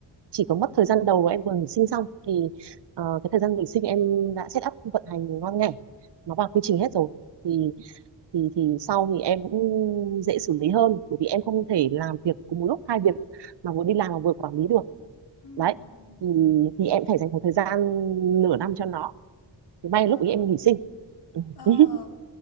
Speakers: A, on the right; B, on the left.
A: chỉ có mất thời gian đầu em vừa nghỉ sinh xong thì ờ, cái thời gian nghỉ sinh em đã set up vận hành ngon nghẻ nó vào quy trình hết rồi thì thì thì sau thì em cũng dễ xử lý hơn bởi vì em không thể làm việc cùng một lúc hai việc mà vừa đi làm mà vừa quản lý được
B: Ừ.
A: đấy
B: ừ.
A: thì thì em phải dành một thời gian nửa năm cho nó thì may
B: Ờ,
A: là lúc ấy em nghỉ sinh
B: ờ.
A: <laughs>